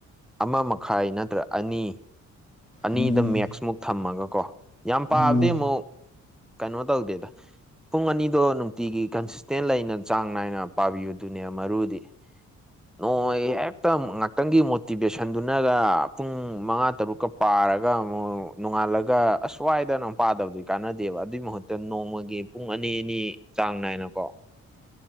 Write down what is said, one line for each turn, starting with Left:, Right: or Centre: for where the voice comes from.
Centre: ꯑꯃ ꯃꯈꯥꯏ ꯅꯠꯇ꯭ꯔ ꯑꯅꯤ ꯑꯅꯤꯗ
Left: ꯎꯝ
Centre: ꯃꯦꯛꯁꯃꯨꯛ ꯊꯝꯃꯒꯀꯣ ꯌꯥꯝ ꯄꯥꯕꯗꯤ
Left: ꯎꯝ
Centre: ꯑꯃꯨꯛ ꯀꯩꯅꯣ ꯇꯧꯗꯦꯗ ꯄꯨꯡ ꯑꯅꯤꯗꯣ ꯅꯨꯡꯇꯤꯒꯤ ꯀꯟꯁꯤꯁꯇꯦꯟ ꯂꯩꯅ ꯆꯥꯡ ꯅꯥꯏꯅ ꯄꯥꯕꯤꯕꯨꯗꯨꯅꯦ ꯃꯔꯨꯗꯤ ꯅꯣꯏ ꯍꯦꯛꯇ ꯉꯥꯛꯇꯪꯒꯤ ꯃꯣꯇꯤꯚꯦꯁꯟꯗꯨꯅꯒ ꯄꯨꯡ ꯃꯉꯥ ꯇꯔꯨꯛꯀ ꯄꯥꯔꯒ ꯑꯃꯨꯛ ꯅꯣꯡꯉꯥꯜꯂꯒ ꯑꯁ꯭ꯋꯥꯏꯗꯅ ꯑꯃꯨꯛ ꯄꯥꯗꯕꯗꯨꯗꯤ ꯀꯥꯟꯅꯗꯦꯕ ꯑꯗꯨꯏ ꯃꯍꯨꯠꯇ ꯅꯣꯡꯃꯒꯤ ꯄꯨꯡ ꯑꯅꯤ ꯑꯅꯤ ꯆꯥꯡ ꯅꯥꯏꯅꯀꯣ
Left: <unintelligible>